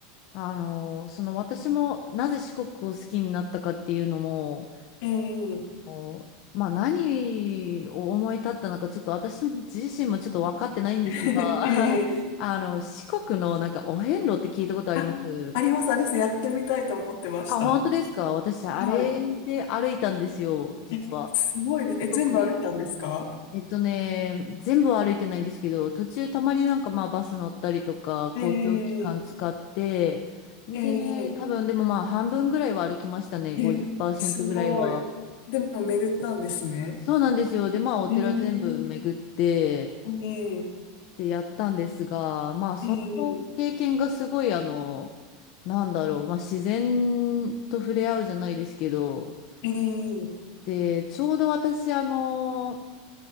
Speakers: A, on the left; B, on the left.
A: あのその私もなぜ四国を好きになったかっていうのも、
B: ええ
A: おまあ何を思い立ったのか、ちょっと私自身もちょっと分かってないんですが、
B: <laughs>
A: <laughs>
B: ええ
A: あの、四国のなんかお遍路って聞いたことあります
B: あ、あります、あれです。やってみたいと思ってました。
A: あ、本当ですか私、あれで歩いたんですよ、
B: はい。
A: 実は。
B: え、すごいです。え、全部歩いたんですか
A: 四国一周えっとね、全部は歩いてないんですけど、途中たまになんかまあバス乗ったりとか、公共機関使って、
B: ええ
A: で、
B: え
A: 多分でもまあ半分ぐらいは歩きましたね、50%
B: ええ、すごい。
A: ぐらいは。
B: でも巡ったんですね。
A: そうなんですよ。で、まあお寺全部巡って、
B: ええええ
A: で、やったんですが、まあその経験がすごいあの、
B: ええ
A: なんだろう、まあ自然と触れ合うじゃないですけど、
B: え
A: で、ちょうど私あの、